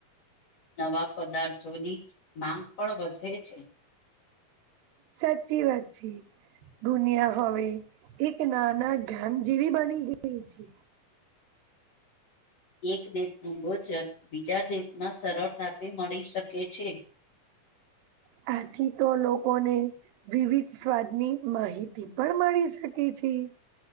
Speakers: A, on the left; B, on the right.
A: નવા પદાર્થોની માંગ પણ વધે છે.
B: સાચી વાત છે. દુનિયા હવે એક નાના ગામ જેવી બની ગઈ છે.
A: એક દેશનું ભોજન બીજા દેશમાં સરળતાથી મળી શકે છે.
B: હમ <inaudible> આથી તો લોકોને વિવિધ સ્વાદની માહિતી પણ મળી શકે છે. ઠી <unintelligible>